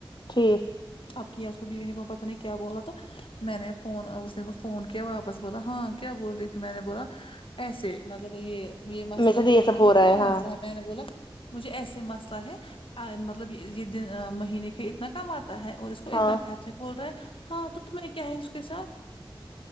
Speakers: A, on the left; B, on the left.
A: ٹھیک
B: اب کیا اس کو بیوی نے پتہ نہیں کیا بولا تو میں نے فون اب اس نے فون کیا واپس بولا ہاں کیا بول رہی تھی میں نے بولا ایسے مطلب یہ یہ مسئلہ
A: میرے ساتھ
B: ہے
A: یہ
B: بول
A: سب
B: رہ
A: ہو رہا
B: کیا
A: ہاں
B: مسئلہ ہے میں نے بولا مجھے ایسے مسئلہ ہے مطلب یہ دن مہینے کے اتنا کماتا ہے اور اس کو اس
A: ہاں
B: کو اتنا خرچے بول رہے ہے ہاں تو تم کیا ہے اس کے ساتھ